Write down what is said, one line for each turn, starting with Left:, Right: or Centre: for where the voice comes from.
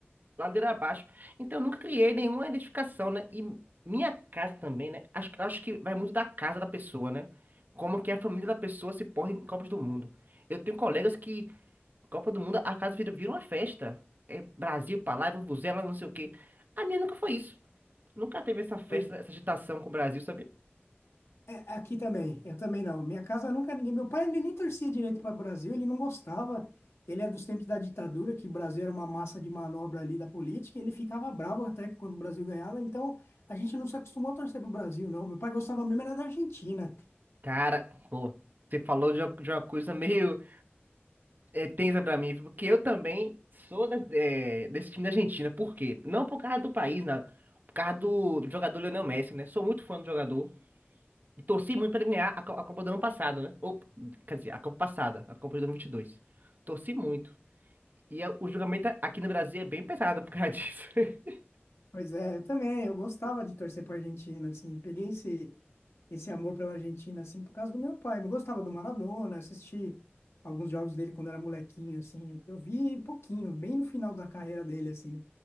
Right: Ladeira abaixo. Então, eu nunca criei nenhuma identificação, né? E minha casa também, né? Acho, acho que vai muito da casa da pessoa, né? Como que a família da pessoa se porta em Copas do Mundo. Eu tenho colegas que, Copa do Mundo, a casa vira, vira uma festa. É Brasil pra lá, é vuvuzela, não sei o quê. A minha nunca foi isso. Nunca teve essa festa,
Left: Foi-
Right: essa agitação com o Brasil, sabe?
Left: É, aqui também, eu também não. Minha casa nunca ninguém. Meu pai ele nem torcia direito para o Brasil, ele não gostava. Ele é dos tempos da ditadura, que o Brasil era uma massa de manobra ali da política, e ele ficava bravo até que quando o Brasil ganhava. Então a gente não se acostumou a torcer para o Brasil, não. Meu pai gostava mesmo era da Argentina.
Right: Cara, pô, você falou de uma, de uma coisa meio. é tensa pra mim, porque eu também sou da- é, desse time da Argentina. Por quê? Não por causa do país, nada. Por causa do jogador Lionel Messi, né? Sou muito fã do jogador. E torci muito pra ele ganhar a, Co- a Copa do ano passado, né? Ou, quer dizer, a Copa passada, a Copa de dois mil e vinte e dois Torci muito. E é- o julgamento aqui no Brasil é bem pesado por causa disso. <laughs>
Left: Pois é, eu também, eu gostava de torcer para Argentina, assim, peguei esse, esse amor pela Argentina, assim, por causa do meu pai. Eu gostava do Maradona, assisti alguns jogos dele quando era molequinho, assim. Eu vi pouquinho, bem no final da carreira dele, assim.